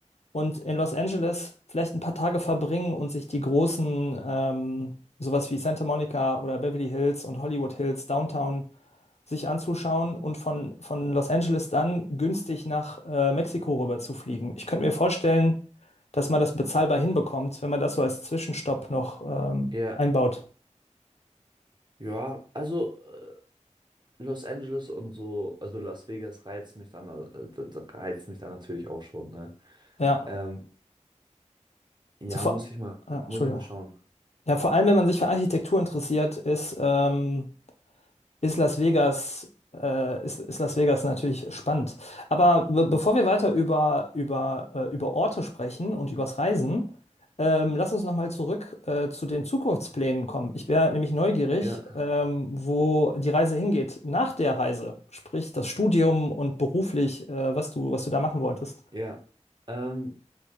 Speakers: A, on the left; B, on the right.
A: und in Los Angeles vielleicht ein paar Tage verbringen und sich die großen, ähm, sowas wie Santa Monica oder Beverly Hills und Hollywood Hills, Downtown sich anzuschauen und von, von Los Angeles dann günstig nach äh, Mexiko rüber zu fliegen. Ich könnte mir vorstellen, dass man das bezahlbar hinbekommt, wenn man das so als Zwischenstopp noch ähm,
B: Ja,
A: einbaut.
B: ja, also äh, Los Angeles und so, also Las Vegas reizt mich dann, äh, da- da reizt mich dann natürlich auch schon, ne?
A: Ja,
B: Ähm, ja,
A: so vor,
B: muss ich mal,
A: ah, Entschuldigung.
B: muss ich mal schauen.
A: Ja, vor allem, wenn man sich für Architektur interessiert, ist ähm, ist Las Vegas, äh, ist, ist Las Vegas natürlich spannend. Aber be bevor wir weiter über, über, äh, über Orte sprechen und übers Reisen, ähm, lass uns nochmal zurück äh, zu den Zukunftsplänen kommen. Ich wäre nämlich neugierig,
B: Ja,
A: ähm, wo die Reise hingeht nach der Reise, sprich das Studium und beruflich, äh, was du, was du da machen wolltest.
B: ja. Ähm,